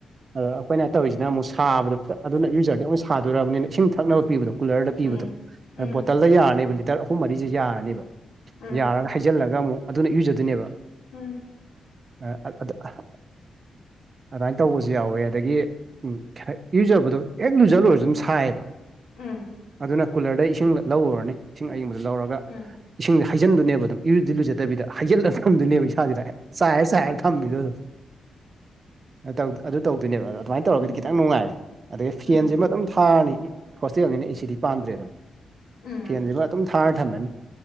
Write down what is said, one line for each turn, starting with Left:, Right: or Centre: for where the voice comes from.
Right: ꯑꯗꯣ ꯑꯩꯈꯣꯏꯅ ꯇꯧꯔꯤꯁꯤꯅ ꯑꯃꯨꯛ ꯁꯥꯕꯗꯣ ꯑꯗꯨꯅ ꯏꯔꯨꯖꯔꯗꯤ ꯑꯃꯨꯛ ꯁꯥꯗꯣꯔꯕꯅꯤꯅ ꯏꯁꯤꯡ ꯊꯛꯅꯕ ꯄꯤꯕꯗꯣ ꯀꯨꯂꯔꯗ ꯄꯤꯕꯗꯣ
Left: ꯎꯝ ꯎꯝ
Right: ꯕꯣꯇꯜꯗ ꯌꯥꯔꯅꯦꯕ ꯂꯤꯇꯔ ꯑꯍꯨꯝ ꯃꯔꯤꯁꯦ ꯌꯥꯔꯅꯦꯕ
Left: ꯎꯝ
Right: ꯌꯥꯔꯒ ꯍꯩꯖꯤꯜꯂꯒ ꯑꯃꯨꯛ ꯑꯗꯨꯅ ꯏꯔꯨꯖꯗꯣꯏꯅꯦꯕ
Left: ꯎꯝ
Right: ꯑ ꯑꯗ ꯑꯍ ꯑꯗꯥꯏꯅ ꯇꯧꯕꯁꯨ ꯌꯥꯎꯋꯦ ꯑꯗꯒꯤ ꯎ ꯏꯨꯖꯕꯗꯣ ꯍꯦꯛ ꯂꯨꯖꯜꯂꯣꯏꯔꯁꯨ ꯑꯗꯨꯝ ꯁꯥꯏꯑꯕ
Left: ꯎꯝ
Right: ꯑꯗꯨꯅ ꯀꯨꯂꯔꯗ ꯏꯁꯤꯡ ꯂꯧꯔꯨꯔꯅꯤ ꯏꯁꯤꯡ ꯑꯌꯤꯡꯕꯗꯨ ꯂꯧꯔꯒ
Left: ꯎꯝ
Right: ꯏꯁꯤꯡꯗꯤ ꯍꯩꯖꯤꯟꯗꯨꯅꯦꯕ ꯑꯗꯨꯝ ꯏꯔꯨꯗꯤ ꯂꯨꯖꯗꯕꯤꯗ ꯍꯩꯖꯤꯜꯂ ꯊꯝꯗꯣꯏꯅꯦꯕ ꯏꯁꯥꯖꯤꯗ ꯆꯥꯏ ꯆꯥꯏꯔ ꯊꯝꯕꯤꯗꯣ ꯑꯗꯨꯝ ꯑꯗ ꯇꯧ ꯇꯧꯗꯣꯏꯅꯦꯕ ꯑꯣ ꯑꯗꯨꯃꯥꯏꯅ ꯇꯧꯔꯒꯗꯤ
Left: ꯎꯝ
Right: ꯈꯤꯇꯪ ꯅꯨꯡꯉꯥꯏꯌꯦ ꯑꯗꯒꯤ ꯐꯦꯟꯁꯤꯃ
Left: ꯎꯝ
Right: ꯑ ꯗꯨꯝ ꯊꯥꯔꯅꯤ ꯍꯣꯁꯇꯦꯜꯅꯤꯅ ꯑꯦꯁꯤꯗꯤ ꯄꯥꯟꯗ꯭ꯔꯦꯗꯅ
Left: ꯎꯝ
Right: ꯐꯦꯟꯖꯤꯃ ꯑꯗꯨꯝ ꯊꯥꯔ ꯊꯝꯃꯅꯤ